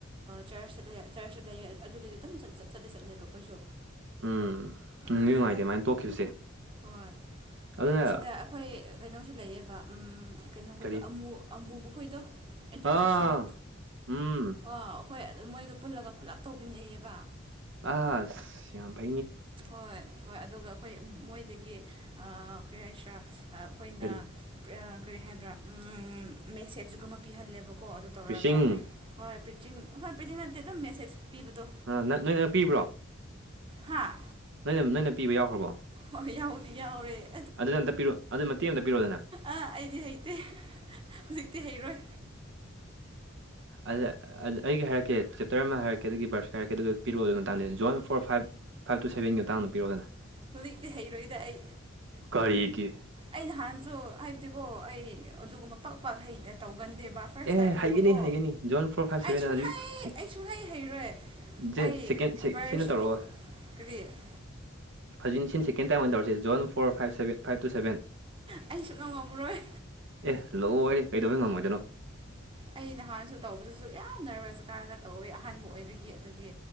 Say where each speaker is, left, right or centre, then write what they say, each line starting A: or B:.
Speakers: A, on the right; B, on the right.
A: ꯆꯔꯆ ꯆꯔꯆ ꯆ ꯂꯩꯌꯦ ꯑꯗꯨꯗꯗꯤ ꯑꯗꯨꯝ ꯆꯠꯇ ꯆꯠꯂꯦꯕ ꯑꯩꯈꯣꯏꯁꯨ
B: ꯎꯝ
A: ꯑꯗꯨꯅꯦꯗ
B: ꯅꯨꯡꯗꯤ ꯅꯨꯡꯉꯥꯏꯇꯦ ꯑꯗꯨꯃꯥꯏꯅ ꯇꯣꯛꯈꯤꯕꯁꯦ
A: ꯍꯣꯏ
B: ꯑꯗꯨꯅ
A: ꯑꯁꯤꯗ ꯑꯩꯈꯣꯏ ꯀꯩꯅꯣꯁꯨ ꯂꯩꯌꯦꯦꯕ ꯀꯩꯅꯣꯈꯣꯏꯗꯣ
B: ꯀꯔꯤ
A: ꯑꯃꯨ ꯑꯃꯨꯕꯈꯣꯏꯗꯣ ꯏꯟꯇꯔꯅꯦꯁꯅꯦꯜ
B: ꯑꯥ ꯎꯝ
A: ꯑꯣ ꯍꯣꯏ ꯑꯗꯨ ꯃꯣꯏꯒ ꯄꯨꯜꯂꯒ ꯄꯨꯂꯞ ꯇꯧꯕꯤꯅꯦꯌꯦꯕ
B: ꯑ ꯁ꯭ꯌꯥꯝꯃ
A: ꯍꯣꯏ ꯍꯣꯏ ꯑꯗꯨꯒ ꯑꯩꯈꯣꯏ ꯃꯣꯏꯗꯒꯤ ꯀꯔ ꯍꯥꯏꯁꯔꯥ ꯑꯩꯈꯣꯏꯅ
B: ꯀꯔꯤ
A: ꯀꯔꯤ ꯍꯥꯏꯕ꯭ꯔꯥ ꯃꯦꯁꯦꯖꯒꯨꯝꯕ ꯄꯤꯍꯜꯂꯦꯕꯀꯣ ꯀꯣ ꯑꯗꯨ ꯇꯧꯔꯒ
B: ꯄ꯭ꯔꯤꯁꯤꯡ
A: ꯍꯣꯏ ꯄꯦꯆꯤꯡ ꯍꯣꯏ ꯄꯦꯆꯤꯡ ꯅꯠꯇꯦ ꯑꯗꯨꯝ ꯃꯦꯁꯦꯁ ꯄꯤꯕꯗꯣ
B: ꯅꯪ ꯅꯣꯏ ꯅꯪ ꯄꯤꯕ꯭ꯔꯣ
A: ꯍꯥꯥ
B: ꯅꯣꯏꯅ ꯅꯣꯏꯅ ꯄꯤꯕ ꯌꯥꯎꯈ꯭ꯔꯕꯣ
A: ꯍꯣꯏ ꯌꯥꯎꯗꯤ ꯌꯥꯎꯔꯦ
B: ꯑꯗꯨꯗ ꯑꯝꯇ ꯄꯤꯔꯛ ꯑꯗꯨ ꯃꯇꯦꯛ ꯑꯃꯝꯇ ꯄꯤꯔꯑꯣꯗꯅ
A: ꯑꯥ ꯑꯩꯗꯤ ꯍꯩꯇꯦ ꯍꯨꯖꯤꯛꯇꯤ ꯍꯩꯔꯣꯏ
B: ꯑꯗ ꯑꯩꯒꯤ ꯍꯥꯏꯔꯛꯀꯦ ꯆꯦꯞꯇꯔ ꯑꯃ ꯍꯥꯏꯔꯛꯀꯦ ꯀꯩꯗꯨꯒꯤ ꯕꯔꯁ ꯈꯥꯏꯔ ꯀꯩꯗ ꯄꯤꯛꯑꯣ ꯑꯗꯨꯒꯤ ꯃꯇꯥꯡꯗꯗꯤ ꯖꯣꯟ ꯐꯣꯔ ꯐꯥꯏꯚ ꯐꯥꯏꯞ ꯇꯨ ꯁꯕꯦꯟꯒꯤ ꯃꯇꯥꯡꯗ ꯄꯤꯔꯣꯗꯅ <unintelligible>
A: ꯍꯧꯖꯤꯛꯇꯤ ꯍꯩꯔꯣꯏꯗ ꯑꯩ
B: ꯀꯔꯤꯒꯤ
A: ꯑꯩ ꯅꯍꯥꯟꯁꯨ ꯍꯥꯏꯕꯗꯤꯀꯣ ꯑꯩ ꯑꯗꯨꯒꯨꯝꯕ ꯄꯥꯛ ꯄꯥꯛ ꯍꯩ ꯇꯧꯒꯟꯗꯦꯕ ꯐꯥꯔꯁ
B: ꯑꯦ
A: ꯇꯥꯏꯝꯅꯦꯕꯀꯣ
B: ꯍꯩꯒꯅꯤ ꯍꯩꯒꯅꯤ ꯖꯣꯟ ꯐꯣꯔ ꯐꯥꯏꯚ ꯁꯚꯦꯟ
A: ꯑꯩꯁꯨ
B: ꯍꯧꯖꯤꯛ
A: ꯍꯩ
B: ꯁꯤ
A: ꯑꯩꯁꯨ ꯍꯩ ꯍꯩꯔꯣꯏ
B: ꯁꯦ
A: ꯑꯩ
B: ꯁꯦꯀꯦꯟ
A: ꯚꯔꯁꯔꯤ
B: ꯁꯤꯅ ꯇꯧꯔꯛꯑꯣ
A: <unintelligible>
B: ꯍꯧꯖꯤꯛꯅ ꯁꯤꯅ ꯁꯦꯀꯦꯟ ꯇꯥꯏꯝ ꯑꯣꯏꯅ ꯇꯧꯔꯁꯦ ꯖꯣꯟ four five seven five two seven
A: ꯑꯩ ꯁꯨꯞꯅꯧ ꯉꯝꯃꯔꯣꯏ
B: ꯑꯦ ꯂꯣꯏꯔꯦ ꯀꯩꯗꯧꯕꯩ ꯉꯝꯃꯣꯏꯗꯣꯏꯅꯣ
A: ꯑꯩ ꯅꯍꯥꯟꯁꯨ ꯇꯧꯕꯗꯁꯨ ꯌꯥꯝ ꯅꯔꯕꯁ ꯔ ꯀꯥꯔꯒ ꯇꯧꯋꯦ ꯑꯍꯥꯟꯕ ꯑꯣꯏꯕꯒꯤ ꯑꯗꯨꯒꯤ